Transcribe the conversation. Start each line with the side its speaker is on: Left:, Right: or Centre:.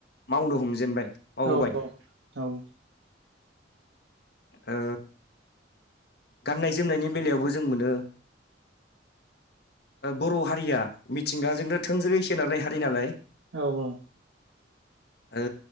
Left: मावनो हमजेनबाय मावबाय
Right: औ औ औ
Left: ओ गाननाय जोमनायनि बेलायावबो जों मोनो बर' हारिया मिथिंगाजोंनो थोंजोङै सोनारनाय हारि नालाय
Right: औ औ
Left: ओ